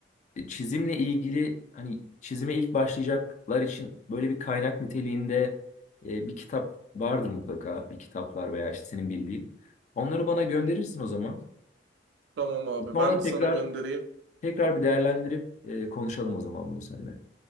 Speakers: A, on the left; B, on the right.
A: çizimle ilgili hani çizime ilk başlayacaklar için böyle bir kaynak niteliğinde e, bir kitap vardır mutlaka. Bir kitaplar veya işte senin bildiğin. Onları bana gönderirsin
B: Hı hı.
A: o zaman.
B: Tamam abi
A: Sonra
B: ben
A: tekrar
B: bir sana göndereyim.
A: tekrar bir değerlendirip
B: Hı hı.
A: e, konuşalım o zaman bunu seninle.